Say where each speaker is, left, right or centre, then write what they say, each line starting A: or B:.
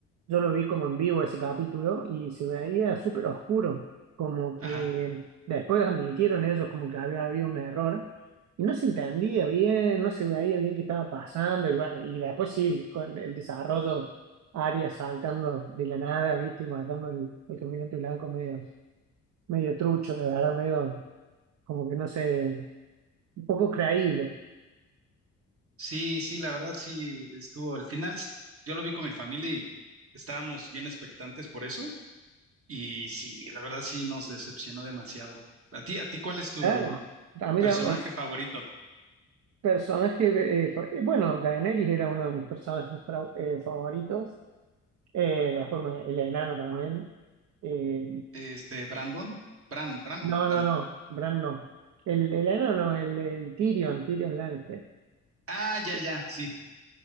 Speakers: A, on the right; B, on the right.
A: yo lo vi como en vivo ese capítulo y se veía súper oscuro. Como que
B: Ajá.
A: después admitieron ellos como que había habido un error y no se entendía bien, no se veía bien qué estaba pasando. Y bueno, y después sí, con el desarrollo, Arya saltando de la nada, ¿viste? Y matando al al caminante blanco medio, medio trucho, de verdad, medio como que no sé, un poco creíble.
B: Sí, sí, la verdad sí estuvo. Al final s- yo lo vi con mi familia y estábamos bien expectantes por eso y sí, la verdad sí nos decepcionó demasiado. ¿A ti, a ti cuál es tu
A: Claro. A mí,
B: personaje
A: la- o-
B: favorito?
A: Personaje, eh, fa- eh, bueno, Daenerys era uno de mis personajes fra- eh, favoritos. Eh, después me- el enano también. Eh,
B: Este, Brandon, Brand, Brand,
A: no,
B: ¿no? Brandon.
A: no, no, Bran no. El, el enano, no, el, el Tyrion, Tyrion Lannister.
B: Ah, ya,
A: Eh,
B: ya, sí,